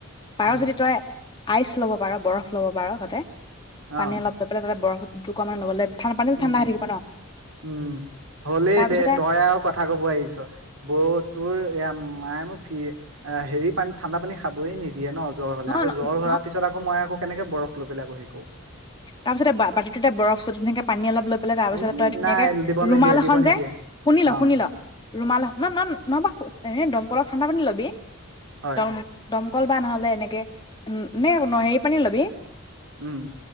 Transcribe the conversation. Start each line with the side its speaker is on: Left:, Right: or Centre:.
Left: পাৰ
Right: উম
Left: যদি তই আইচ লব পাৰ, বৰফ ল'ব পাৰ। তা তে
Right: অ
Left: পানী অলপ লৈ পেলাই তাতে বৰফ <unintelligible>
Right: উম্
Left: ঠাণ্ডা হৈ থাকিব ন
Right: উম্ হ'লেই
Left: তাৰপিছতে
Right: দে তই আৰু কথা কব আহিছ। বৌ তোৰ এয়া মায়ে মোক হেৰি পানী ঠাণ্ডা পানী খাবই নিদিয়ে। দিয়ে ন জ্বৰ হ'লে,
Left: নহয়
Right: আক' জ্বৰ হোৱাৰ
Left: নহয়
Right: পিছত আকৌ মই আকৌ কেনেকে বৰফ লৈ পেলাই আকৌ হেৰি কৰো?
Left: তাৰপিছতে বাতিটোতে বৰফ ছত ধূনীয়াকে পানী অলপ লৈ তাৰ পিছতে
Right: এই
Left: তই ধুনীয়াকে
Right: নাই দিব
Left: ৰুমাল
Right: নিদিয়ে
Left: এখন
Right: দিব নিদিয়ে
Left: যে, শুনি
Right: অ
Left: ল, শুনি ল। ৰুমাল এ, ন ন নহ'ব, এ দমকলৰ ঠাণ্ডা পানী ল বে
Right: হয়
Left: দম দমকল বা নল এনেকে উম নে ন হেৰি পানী লাগে
Right: উম্।